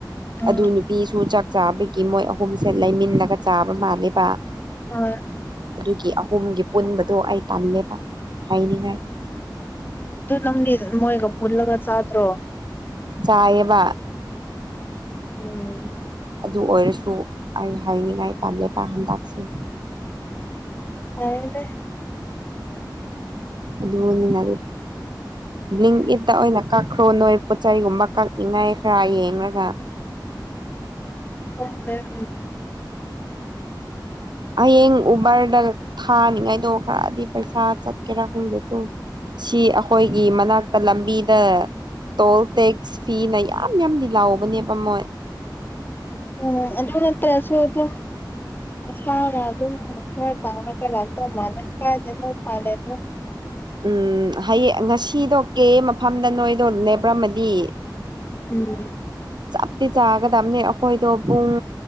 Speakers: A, on the left (about 25°); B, on the right (about 70°).
A: ꯎꯝ
B: ꯑꯗꯨ ꯅꯨꯄꯤꯁꯨ ꯆꯥꯛ ꯆꯥꯕꯒꯤ ꯃꯣꯏ ꯑꯍꯨꯝꯁꯦ ꯂꯩꯃꯤꯟꯅꯒ ꯆꯥꯕ ꯃꯥꯂꯦꯕ
A: ꯑ
B: ꯑꯗꯨꯒꯤ ꯑꯍꯨꯝꯒꯤ ꯄꯨꯟꯕꯗꯣ ꯑꯩ ꯇꯜꯂꯦꯕ ꯍꯥꯏꯅꯤꯡꯉꯥꯏ
A: ꯑꯗꯨ ꯅꯪꯗꯤ ꯃꯣꯏꯒ ꯄꯨꯜꯂꯒ ꯆꯥꯗ꯭ꯔꯣ
B: ꯆꯥꯏꯌꯦꯕ
A: ꯎꯝ
B: ꯑꯗꯨ ꯑꯣꯏꯔꯁꯨ ꯑꯩ ꯍꯥꯏꯅꯤꯡꯉꯥꯏ ꯇꯜꯂꯦꯕ ꯍꯟꯗꯛꯁꯦ
A: ꯐꯔꯦꯅꯦ
B: ꯑꯗꯨꯕꯨꯅꯤꯅ <inaudible>
A: ꯎꯝ
B: ꯏꯠꯇ ꯑꯣꯏꯅ ꯀꯛꯈ꯭ꯔꯣ ꯅꯣꯏ ꯄꯣꯠꯆ ꯆꯩꯒꯨꯝꯕ ꯀꯛꯅꯤꯡꯉꯥꯏꯗ ꯌꯦꯡꯒꯒ
A: <inaudible>
B: ꯍꯌꯦꯡ ꯎꯕꯔꯗ ꯊꯥꯅꯤꯉꯥꯏꯗꯣ ꯈꯔꯗꯤ ꯄꯩꯁꯥ ꯆꯠꯀꯦꯔꯥ ꯈꯪꯗꯦꯀꯣ ꯁꯤ ꯑꯈꯣꯏꯒꯤ ꯃꯅꯥꯛꯇ ꯂꯝꯕꯤꯗ ꯇꯣꯜ ꯇꯦꯛꯁ ꯐꯤꯅ ꯌꯥꯝ ꯌꯥꯝꯗꯤ ꯂꯧꯎꯕꯅꯦꯕ ꯃꯣꯏ
A: ꯎꯝ ꯑꯗꯨꯇꯅꯇꯁꯨ ꯑꯗꯨ ꯃꯁꯥꯅ ꯑꯗꯨꯝ ꯈꯔ ꯇꯥꯎꯔꯒ ꯂꯥꯛꯇꯧ ꯃꯥꯂꯩ <unintelligible>
B: ꯎꯝ ꯍꯌꯦ ꯉꯁꯤꯗꯣ ꯀꯦ ꯃꯐꯝꯗ ꯅꯣꯏꯗꯣ ꯅꯦꯞꯄꯔꯝꯃꯗꯤ
A: ꯎꯝ
B: ꯆꯞꯇꯤ ꯆꯥꯒꯗ꯭ꯕꯅꯦ ꯑꯈꯣꯏꯗꯣ ꯄꯨꯡ